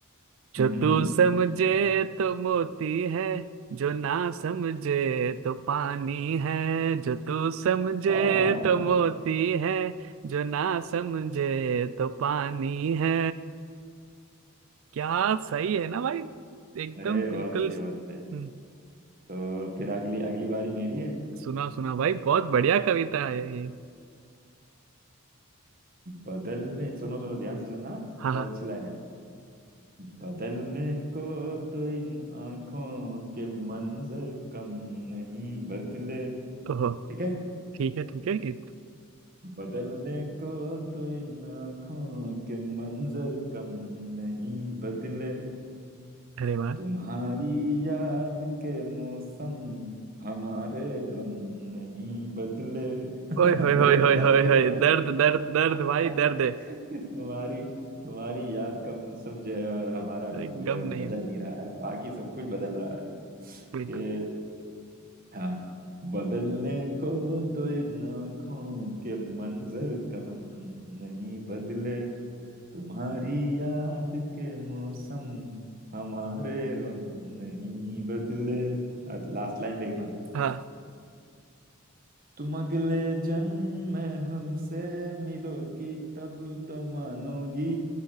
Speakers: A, on the right (about 65°); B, on the right (about 40°).
A: जो
B: हम्म हम्म
A: तू
B: हम्म।
A: समझे तो मोती है जो ना समझे तो पानी है जो तू समझे
B: वाह वाह
A: तो मोती
B: वाह
A: है जो ना समझे तो पानी है क्या सही है ना भाई एकदम
B: अरे
A: बिल्कुल
B: बहुत सही बहुत सही
A: हम्म,
B: तो फिर अगली अगली बारी मेरी है
A: सुना सुना भाई बहुत बढ़िया कविता है ये
B: बदलने सुनो सुनो ध्यान से सुनना
A: हाँ
B: बहुत
A: हाँ
B: अच्छी लाइन है बदलने को तो इन आंखों के मंजर कम नहीं बदले
A: ओहो
B: ठीक है
A: ठीक है ठीक है इत-
B: बदलने को तो इन आंखों के मंजर कम नहीं बदले
A: अरे वाह
B: तुम्हारी याद के मौसम हमारे गम नहीं बदले <laughs>
A: ओए होए
B: देख
A: होए
B: रहे
A: होए
B: हो दर्द
A: होए
B: देख
A: होए
B: रहे हो
A: दर्द दर्द दर्द
B: <laughs> <laughs>
A: भाई
B: तुम्हारी
A: दर्द है
B: तुम्हारी याद का मौसम जो है और हमारा
A: अरे,
B: गम जो
A: गम
B: है वो
A: नहीं
B: बदल नहीं रहा है बाकी सब कुछ बदल रहा है
A: बिल्कुल
B: कि हाँ बदलने को तो इन आंखों के मंजर कम नहीं बदले तुम्हारी याद के मौसम हमारे गम नहीं बदले लास्ट लाइन देखना
A: हाँ
B: तुम अगले जन्म में हमसे मिलोगी तब तो मानोगी